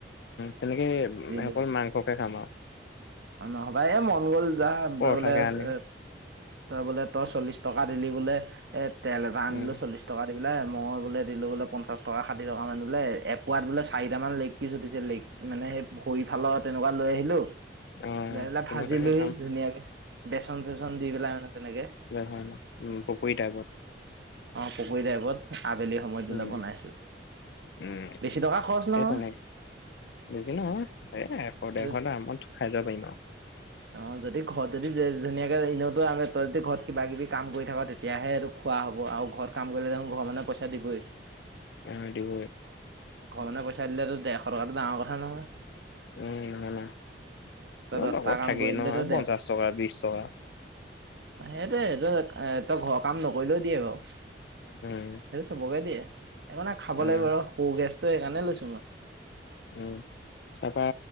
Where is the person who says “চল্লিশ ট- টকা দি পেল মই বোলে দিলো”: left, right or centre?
Right